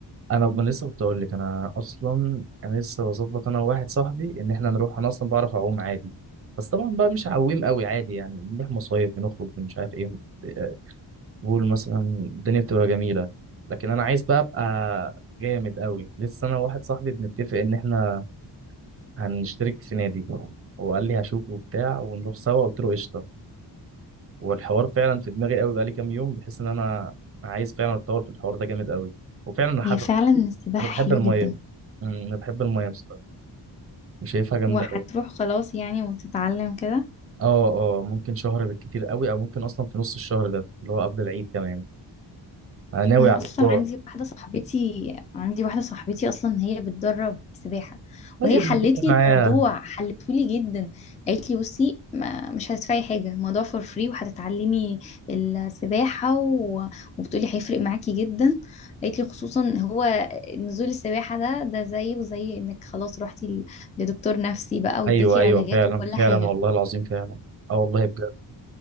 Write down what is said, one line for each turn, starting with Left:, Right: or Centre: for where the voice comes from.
Right: انا انا لسه كنت اقول لك انا اصلا انا لسه بظبط انا وواحد صاحبي ان احنا نروح انا اصلا بعرف اعوم عادي بس طبعا بقى مش عويم قوي عادي يعني بنروح مصايف بنخرج مش عارف ايه ب- بقول مثلا الدنيا بتبقى جميله لكن انا عايز بقى ابقى جامد قوي لسه انا وواحد صاحبي بنتفق ان احنا هنشترك في نادي هو قال لي هشوفه وبتاع ونروح سوا قلت له قشطه والحوار فعلا في دماغي قوي بقالي كام يوم بحيث ان انا عايز فعلا اتطور في الحوار ده جامد قوي وفعلا انا حابب
Left: هي فعلا السباحة
Right: انا بحب
Left: حلوة
Right: الميه
Left: جدا
Right: مم، انا بحب الميه بصراحه شايفها جامده
Left: وهتروح
Right: قوي
Left: خلاص يعني وتتعلم كده
Right: اه اه ممكن شهر بالكتير قوي او ممكن اصلا في نص الشهر ده اللي هو قبل العيد كمان انا ناوي
Left: انا
Right: على
Left: اصلا
Right: الموضوع
Left: عندي واحده صاحبتي عندي واحده صاحبتي اصلا هي بتدرب سباحه
Right: طيب
Left: وهي حلت
Right: ما تتفق
Left: لي
Right: معايا
Left: الموضوع حلته لي جدا قالت لي بصي ما مش هتدفعي حاجه الموضوع فور فري وهتتعلمي السباحه و... وبتقولي هيفرق معاكي جدا قالت لي خصوصا هو نزول السباحه ده ده زيه زي انك خلاص روحتي ل- لدكتور نفسي بقى واداكي
Right: ايوه ايوه
Left: علاجات
Right: فعلا
Left: وكل
Right: فعلا
Left: حاجه
Right: والله العظيم فعلا اه والله بجد